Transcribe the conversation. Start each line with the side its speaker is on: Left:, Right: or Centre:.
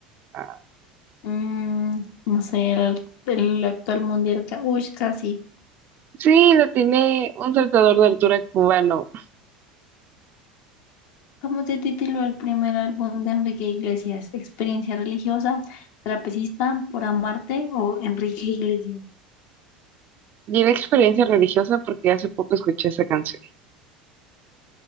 Right: Ah,
Left: Mm, no sé, el, al- el actual mundial. ca- Uy, casi.
Right: Sí, la tiene un saltador de altura cubano.
Left: ¿Cómo se tituló el primer álbum de Enrique Iglesias? ¿Experiencia religiosa, trapecista, por amarte o Enrique Iglesias?
Right: Y la experiencia religiosa porque hace poco escuché esa canción.